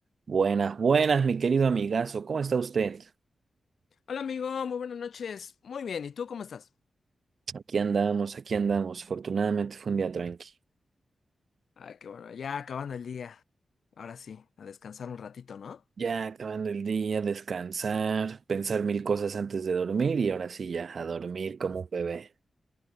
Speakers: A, on the right; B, on the left.
A: Buenas, buenas, mi querido amigazo. ¿Cómo está usted?
B: Hola amigo, muy buenas noches. Muy bien, ¿y tú cómo estás?
A: Aquí andamos, aquí andamos. Afortunadamente fue un día tranqui.
B: Ah, qué bueno, ya acabando el día. Ahora sí, a descansar un ratito, ¿no?
A: Ya acabando el día, descansar, pensar mil cosas antes de dormir y ahora sí ya a dormir como un bebé.